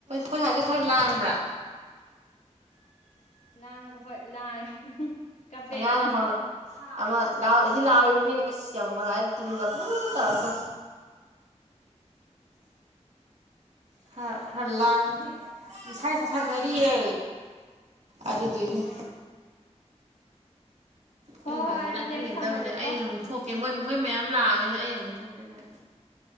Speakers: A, on the right; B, on the left.
A: ꯑꯈꯣꯏ ꯁꯥꯏꯖꯦ ꯈꯔ ꯂꯥꯡꯕ꯭ꯔꯥ
B: ꯂꯥꯡꯕ ꯍꯣꯏ ꯂꯥꯡꯉꯤ ꯀꯞꯄꯦ
A: ꯑꯉꯥꯡꯅ
B: ꯑꯃ
A: ꯈꯪ ꯑꯃ ꯂꯥꯎ ꯁꯤ ꯂꯥꯎꯔꯤꯅꯤ ꯏꯁ ꯌꯥꯝ ꯃꯁꯥꯏ ꯇꯤꯟꯒ ꯄꯨ ꯇꯧꯔ ꯀꯥꯞ ꯈꯔ ꯈꯔ ꯂꯥꯡꯉꯦ ꯏꯁꯥꯏꯁꯦ ꯁꯥꯟꯅꯔꯤꯌꯦ ꯑꯗꯨꯗꯨꯏꯅꯦ
B: ꯎꯝ ꯍꯣꯏ
A: ꯑꯩꯅ ꯂꯥꯛꯍꯟ
B: ꯍꯣꯏ ꯑꯗꯨꯗꯤ
A: ꯂꯥꯡꯍꯟꯅꯤꯡꯗꯕꯅꯦ
B: ꯑꯩ ꯊꯝꯃꯒꯦꯀꯣ
A: ꯑꯩꯗ ꯑꯃꯨꯛ ꯊꯣꯛꯀꯦ ꯃꯣꯏ ꯃꯣꯏ ꯃꯌꯥꯝ ꯂꯥꯛꯑꯕꯅ ꯑꯩ ꯑꯃꯨꯛ ꯊꯣꯛꯀꯦ ꯑꯁꯥꯏꯗ